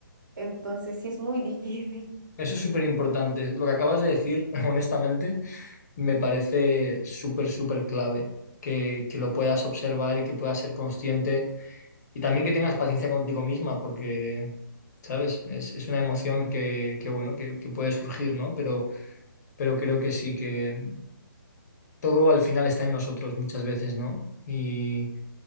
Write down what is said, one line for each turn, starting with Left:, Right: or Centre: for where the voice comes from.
Right: Entonces sí es muy <laughs> difícil.
Left: Eso es súper importante. Lo que acabas de decir, <laughs> honestamente, me parece súper, súper clave que, que lo puedas observar y que puedas ser consciente y también que tengas paciencia contigo misma porque, ¿sabes? Es, es una emoción que, que, bueno, que, que puede surgir, ¿no? Pero... pero creo que sí que todo al final está en nosotros muchas veces, ¿no? Y,